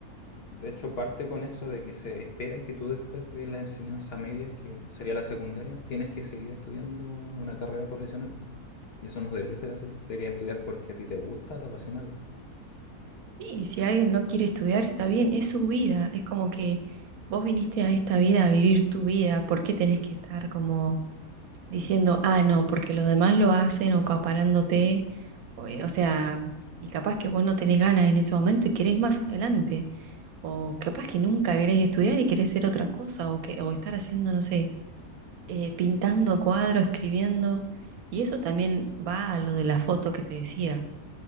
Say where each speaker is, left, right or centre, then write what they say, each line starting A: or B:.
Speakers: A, on the left; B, on the right.
A: de hecho parte con eso de que se espera que tú después de la enseñanza media, que sería la secundaria, tienes que seguir estudiando una carrera profesional. Y eso no debería ser así, debería estudiar porque a ti te gusta, te apasiona algo.
B: Y si alguien no quiere estudiar, está bien, es su vida. Es como que vos viniste a esta vida a vivir tu vida. ¿Por qué tenés que estar como diciendo, ah, no, porque los demás lo hacen o acaparándote? O, eh, o sea, y capaz que vos no tenés ganas en ese momento y querés más adelante. O capaz que nunca querés estudiar y querés ser otra cosa. O, que, o estar haciendo, no sé, eh, pintando cuadros, escribiendo. Y eso también va a lo de la foto que te decía.